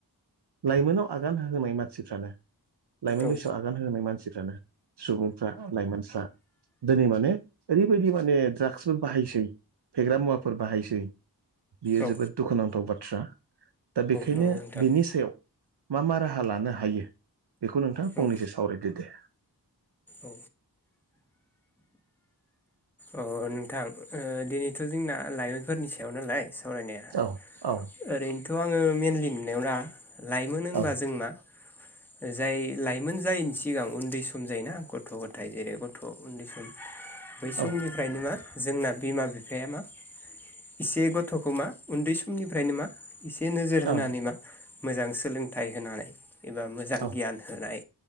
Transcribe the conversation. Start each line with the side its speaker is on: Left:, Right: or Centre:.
Right: लाइमोनाव आगान होहांनाय मानसिफ्रानो लाइमोन
Centre: औ
Right: बैसोआव आ -गान होहांनाय मानसिफ्रानो सुबुंफ्रा लाइमोनफ्रा दिनै माने ओरैबायदि माने द्राग्सबो बाहायसै फेग्रा मुवाफोर बाहायसै बियो
Centre: औ
Right: जोबोद दुखुनांथाव बाथ्रा दा बेखायनो
Centre: नंगौ नोंथां
Right: बिनि सायाव मा मा राहा लानो हायो बेखौ नोंथाङा फंनैसो
Centre: औ
Right: सावरायदो दे।
Centre: औ अ नोंथां? ओ दिनैथ' जोंना लाइमोनफोरनि सायाव नालाय सावरायनाया
Right: औ औ
Centre: ओरैनोथ' आङो मेनलि नुनायाव दा लाइमोन होनबा
Right: औ
Centre: जोंना जाय लाइमोन जायैनि सिगां उन्दै सम जायोना। गथ' गथाय जेरै गथ' उन्दै सम बै समनिफ्रायनो
Right: औ
Centre: मा जोंना बिमा बिफाया मा एसे गथ'खौ मा उन्दै समनिफ्रायनो मा एसे नोजोर होनानै
Right: औ
Centre: मा मोजां सोलोंथाइ होनानै एबा मोजां
Right: औ
Centre: गियान होनाय